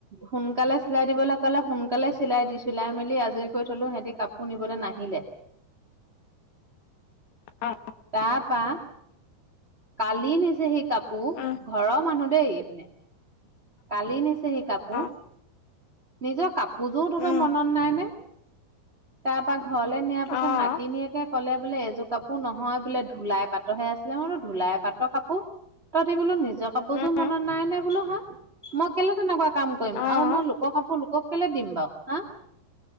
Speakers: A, on the right (about 40°); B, on the left (about 75°).
A: সোনকালে চিলাই দিবলৈ ক'লে, সোন সোনকালে চিলাই দি চিলাই মেলি আজৰি কৰি থলো সিহঁতি কাপোৰ নিবলৈ নাহিলে।
B: অ।
A: তা পা কালি নিছে সি কাপোৰ
B: উম,
A: ঘৰৰ মানুহ দেই এইপিনে। কালি নিছে সি কাপোৰ,
B: অ',
A: নিজৰ কাপোৰযোৰ তহঁতৰ
B: উম,
A: মনত নাই নে? তাৰপৰা, ঘৰলে নিয়াৰ পিছত,
B: অ',
A: নাতিনীয়েকে ক'লে বোলে! এযোৰ কাপোৰ নহয়, বোলে ধূলাই পাতৰহে আছিলে। মই বোলো, ধূলাই পাতৰ কাপোৰ! তহঁতি বোলো, নিজ নিজৰ কাপোৰযোৰ
B: উম,
A: মনত নাই নে বোলো, হা? মই কেলে, তেনেকুৱা কাম কৰিম
B: অ',
A: আৰু মই লোকৰ কাপোৰ লোকক কেলে দিম বাৰু হা?